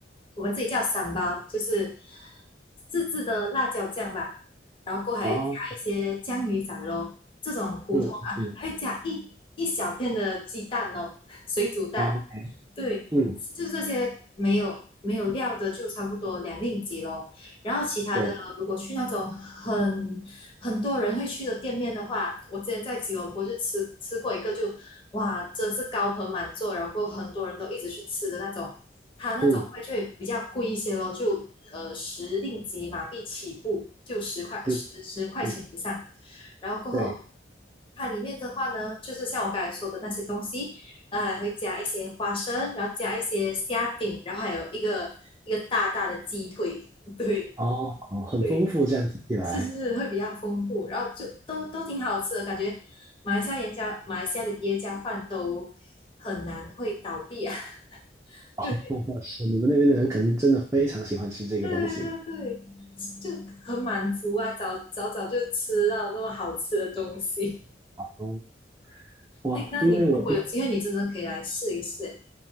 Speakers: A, on the left (about 30°); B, on the right (about 20°).
A: 我们自己叫三包，就是自制的辣椒酱吧。然后过后还加一些酱鱼仔咯，
B: 啊
A: 这种普通啊，
B: 嗯嗯
A: 还会加一一小片的鸡蛋哦，水煮蛋，
B: 啊
A: 对，
B: 嗯
A: 就是这些没有没有料的，就差不多两令吉咯。然后其他的，
B: 对
A: 如果去那种很很多人会去的店面的话，我之前在吉隆坡就吃吃过一个就，哇，真是高朋满座，然后很多人都一直去吃的那种，它那种会就会比较贵一些咯，
B: 嗯
A: 就呃十令吉马币起步，就十块十十块钱以上，
B: 嗯嗯
A: 然后过后。
B: 对
A: 它里面的话呢，就是像我刚才说的那些东西，然后还会加一些花生，然后加一些虾饼，然后还有一个一个大大的鸡腿，<laughs> 对
B: 哦，很丰富，
A: 对，
B: 这样听起来，
A: 是是是，会比较丰富，然后就都都挺好吃的，感觉马来西亚人家马来西亚的椰浆饭都很难会倒闭啊，<laughs> 对
B: 哦，是你们那边的人可能真的非常喜欢吃这个东西。
A: 对对对，就很满足啊，早早早就吃到这么好吃的东西。<laughs>
B: 哦，哇，
A: 哎，那你如果有机会，
B: 因为我听
A: 你真的可以来试一试。